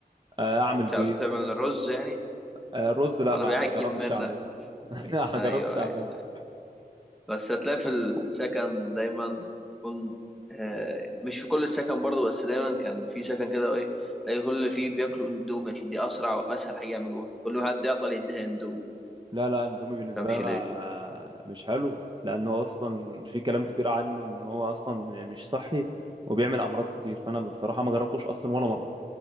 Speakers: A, on the right; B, in the centre.
A: آه، اعمل
B: مش
A: بيض
B: عارف تعمل الرز يعني
A: آه، رز لا
B: ولا
A: ما
B: بيعجن
A: جربتش
B: منك
A: اعمله <laughs> ما
B: ايوه
A: جربتش اعمله
B: ايوه بس هتلاقي في ال- في السكن دايما بتكون آه، مش في كل السكن برضه بس دايما كان في سكن كده ايه تلاقي كل اللي فيه بياكلوا اندومي عشان دي اسرع واسهل حاجه يعملوها كل ما حد يعطل يديها اندومي ما
A: لا لا اندومي بالنسبه
B: تفهمش
A: لي انا
B: ليه
A: مش حلو لانه اصلا في كلام كتير عنه ان هو اصلا مش صحي وبيعمل امراض كتير فانا بصراحه ما جربتوش اصلا ولا مره